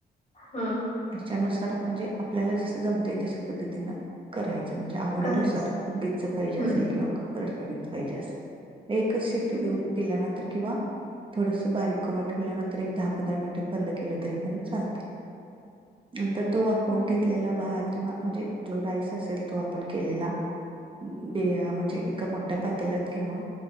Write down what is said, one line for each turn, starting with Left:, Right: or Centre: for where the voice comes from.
Left: हा
Right: <inaudible> ह्याच्यानुसार म्हणजे आपल्याला जस जमतय तशा पद्धतीनं करायचं. म्हणजे आवडीनुसार
Left: करायचं
Right: गिच्च पाहिजे
Left: हम्म
Right: असेल. किंवा फडफडीत पाहिजे असेल. एकच शेफ्टी
Left: असं.
Right: देऊन दिल्यानंतर किंवा. थोडस बारीक करून ठेवल्यानंतर एक दहा पंधरा मिनिटात बंद केलं तरी पण चालतय. नंतर तो वाफवुन
Left: हम्म.
Right: घेतलेला भात किंवा म्हणजे जो राईस असेल. तो आपण केलेला बिर्या म्हणजे एका मोठ्या पातलात घेऊन